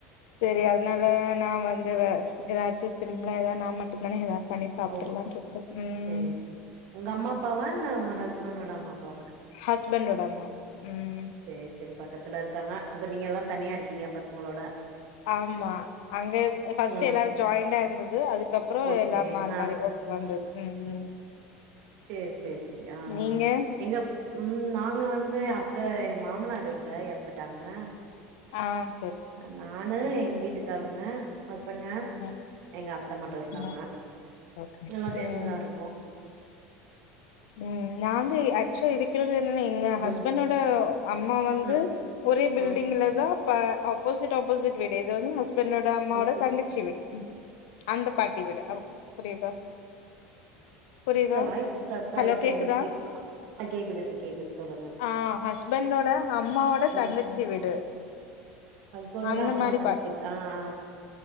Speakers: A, on the left (about 75°); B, on the right (about 60°).
A: சேரி அதுனால நா வந் ஏதாச் ஏதாச்சும் சிம்பிளா ஏதாவது நான் மட்டும்தான ஏதா பண்ணி சாப்ட்றலான்ட்ருக்கே
B: ஓ
A: ம்
B: சேரி சேரி உங்க அம்மா அப் பாவா உங்க ஹஸ்பண்டோட அம்மா அப்பாவா
A: ஹஸ்பண்டோட அம்மா உம்
B: சேரி சேரி பக்கத்துல இருக்காங்க அப்ப நீங்க எல்லா தனியா இருக்கீங்க பசங்களோட
A: ஆமா அங்க எ பஸ்டு
B: ம்
A: எல்லாரு ஜாய்ண்டா இருந்தது அதுகப்புறம்
B: ஓகே
A: எல்ல மாறி
B: ஆ
A: மாறி ஒ வந்தது ம் ம்
B: சேர் சேரி செரி ஆ
A: நீங்க
B: ஆ எங்க உம் நாங்க வந்து அத் <unintelligible> மாமனார் இல்ல எறந்துடாங்க ஆஹ்
A: ஆஹ்
B: நானு எங்க வீட்டுக்காரம் ங்க பச பசங்க
A: ம்
B: எங்க அத்த மட்டோ இருக்காங்க
A: ம் ஓகே
B: எல்லா சேந்துதா
A: ம்
B: இருக்கோம்
A: ம் நாங்க ஆக்ச இருக்கிறது எங்க ஹஸ்பண்டோட
B: ம்
A: அம்மா வந்து
B: ஆ
A: ஒரே பில்டிங்ல
B: ஆ
A: தான் இப்ப ஆப்போசிட் அப்போசிட் விடு எது <unintelligible> என் அம்மாவோட
B: ஓகே
A: தங்கச்சி வி அந்த பாட்டி விடா ஓகே புரியுதா
B: <unintelligible>
A: புரியுதா ஹலோ கேக்குதா
B: வந்துச்சு ஆ கேக்குது இப்ப கேக்குது சொல்லுங்க
A: ஆ ஹஸ்பண்டோட அம்மாவோட
B: ம்
A: தங்கச்சி வீடு
B: ஹஸ்பண்டோட
A: அந்த
B: அம்மாவோட
A: மாரி
B: தங்கச்சியோட
A: பாட்டி
B: ஆ ஆ